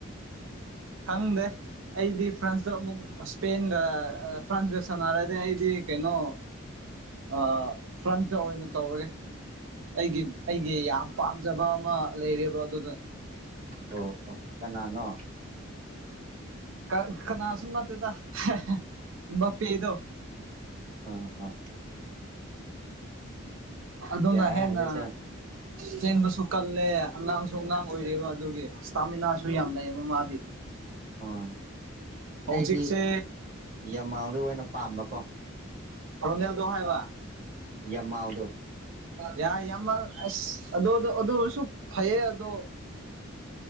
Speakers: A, on the right; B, on the right.
A: ꯈꯪꯗꯦ ꯑꯩꯗꯤ ꯐ꯭ꯔꯥꯟꯁꯇꯣ ꯑꯃꯨꯛ ꯏꯁꯄꯦꯟꯒ ꯐ꯭ꯔꯥꯟꯁꯒ ꯁꯥꯟꯅꯔꯗꯤ ꯑꯩꯗꯤ ꯀꯩꯅꯣ ꯑ ꯐ꯭ꯟꯇꯥ ꯑꯣꯏꯅ ꯇꯧꯔꯒꯦ ꯑꯩꯒꯤ
B: ꯎꯝ ꯎꯝ
A: ꯑꯩꯒꯤ ꯌꯥꯝ ꯄꯥꯝꯖꯕ ꯑꯃ ꯂꯩꯔꯦꯕ ꯑꯗꯨꯗ
B: ꯑꯣ ꯑꯣ ꯀꯅꯥꯅꯣ
A: ꯀ ꯀꯅꯥꯁ ꯅꯠꯇꯦꯗ ꯑꯦꯝꯕꯥꯄꯦꯗꯣ
B: ꯑꯥ ꯍ
A: ꯑꯗꯨꯅ
B: ꯌꯥꯏ
A: ꯍꯦꯟꯅ
B: ꯑꯗꯨꯁꯨ
A: ꯆꯦꯟꯕꯁꯨ ꯀꯜꯂꯦ ꯑꯉꯥꯡꯁꯨ ꯑꯉꯥꯡ ꯑꯣꯏꯔꯤꯕ ꯑꯗꯨꯒꯤ ꯏꯁꯇꯥꯃꯤꯅꯥꯁꯨ ꯌꯥꯝ ꯂꯩꯌꯦꯕ ꯃꯥꯗꯤ
B: ꯑꯥ
A: ꯍꯧꯖꯤꯛꯁꯦ
B: ꯑꯩꯗꯤ ꯌꯥꯝꯃꯥꯜꯗꯣ ꯑꯣꯏꯅ ꯄꯥꯝꯕꯀꯣ
A: ꯑ ꯑꯅꯤꯌꯥꯗꯣ ꯈꯥꯏꯕ
B: ꯌꯃꯥꯜꯗꯣ
A: ꯌꯥꯏ ꯌꯥꯝꯃ ꯑꯁ ꯑꯗꯨ ꯑꯗꯨꯔꯁꯨ ꯐꯩꯌꯦ ꯑꯗꯣ